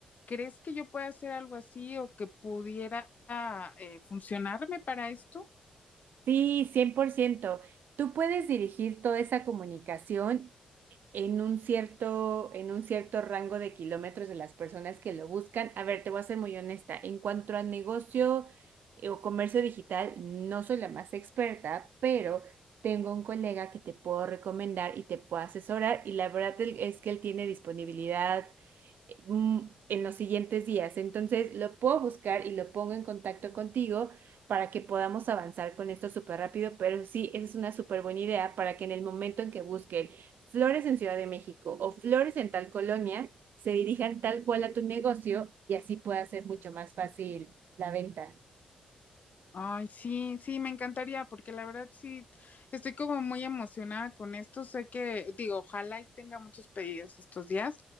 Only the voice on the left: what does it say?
¿crees que yo pueda hacer algo así o que pudiera eh, funcionarme para esto?
Ay, sí, sí, me encantaría, porque la verdad sí, estoy como muy emocionada con esto. Sé que, digo, ojalá y tenga muchos pedidos estos días,